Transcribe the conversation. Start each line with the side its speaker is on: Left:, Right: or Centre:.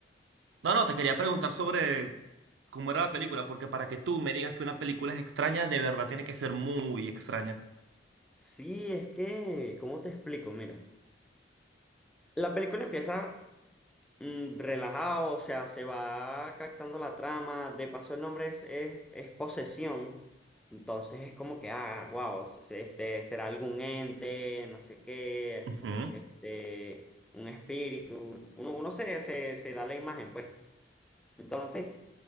Right: No, no, te quería preguntar sobre cómo era la película, porque para que tú me digas que una película es extraña, de verdad tiene que ser muy extraña.
Centre: Sí, es que, ¿cómo te explico? Mira, la película empieza mm, relajado, o sea, se va captando la trama, de paso el nombre es, es, es posesión, entonces es como que, ah, wow, este, será algún ente, no sé qué,
Right: Ujú,
Centre: este, un espíritu, uno, uno se, se, se da la imagen, pues. Entonces,